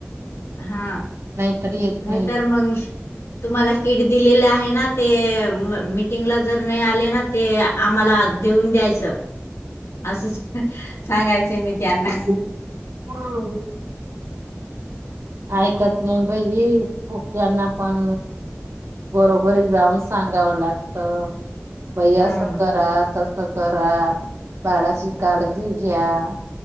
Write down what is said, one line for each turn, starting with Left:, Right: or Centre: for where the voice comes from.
Left: हा
Right: नाहीतर येत
Left: नाहीतर
Right: नाही
Left: मग. तुम्हाला किट दिलेले आहे ना ते, मीटिंगला जर नाही आले ना. ते आम्हाला देऊन द्यायचं असं सांगायचं मी. त्यांना.
Right: हम <unintelligible> <inaudible> ऐकत नाही बाई खूप त्यांना पण बरोबरी जाऊन सांगावं लागत. बई
Left: हां,
Right: असं
Left: मग.
Right: करा. तसं करा, बाळाची काळजी घ्या.